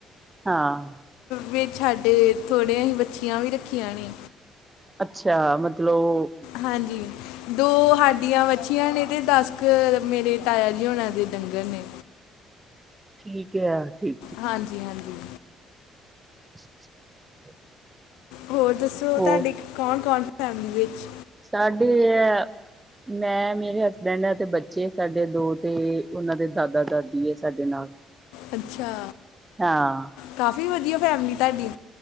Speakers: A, on the right; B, on the left.
A: ਹਾਂ।
B: ਵਿੱਚ ਹਾਡੇ ਥੋੜ੍ਹੀਆਂ ਆਹੀ ਵੱਛੀਆਂ ਵੀ ਰੱਖੀਆਂ ਨੇ।
A: ਅੱਛਾ, ਮਤਲਬ ਓ
B: ਹਾਂਜੀ, ਦੋ ਹਾਡੀਆਂ ਵੱਛੀਆਂ ਨੇ ਤੇ ਦੱਸ ਕ ਮੇਰੇ ਤਾਇਆ ਜੀ ਹੋਣਾ ਦੇ ਡੰਗਰ ਨੇ।
A: ਠੀਕ ਆ ਠੀ
B: ਹਾਂਜੀ-ਹਾਂਜੀ।
A: <inaudible>
B: ਹੋਰ ਦੱਸੋ
A: ਹੋਰ
B: ਤੁਹਾਡੇ ਕੌਣ-ਕੌਣ ਫੈਮਿਲੀ ਵਿੱਚ?
A: ਸਾਡੇ ਐ ਮੈਂ, ਮੇਰੇ ਹਸਬੈਂਡ ਐ 'ਤੇ ਬੱਚੇ ਸਾਡੇ ਦੋ 'ਤੇ ਉਹਨਾਂ ਦੇ ਦਾਦਾ ਦਾਦੀ ਏ ਸਾਡੇ ਨਾਲ।
B: ਅੱਛਾ!
A: ਹਾਂ।
B: ਕਾਫੀ ਵਧੀਆ ਫੈਮਿਲੀ ਤਾਡੀ।